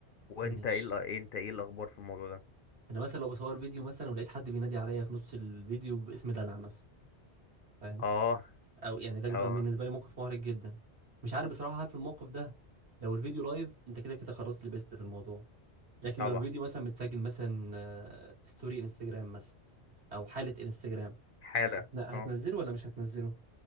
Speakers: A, on the left; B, on the right.
A: وانت
B: ماشي
A: ايه الأ- إيه- انت ايه الاخبار في الموضوع ده
B: انا مثلا لو بصور فيديو مثلا ولقيت حد بينادي عليا في نص الفيديو باسم دلع مثلا فاهم
A: اه
B: او يعني ده
A: اه
B: بيبقى بالنسبه لي موقف محرج جدا مش عارف بصراحه عارف الموقف ده لو الفيديو لايف انت كده كده خلاص لبست في الموضوع لكن
A: طبعا
B: لو الفيديو مثلا متسجل مثلا آه، ستوري انستجرام مثلا او حاله انستجرام
A: حالا
B: هتن- هتنزله
A: اه
B: ولا مش هتنزله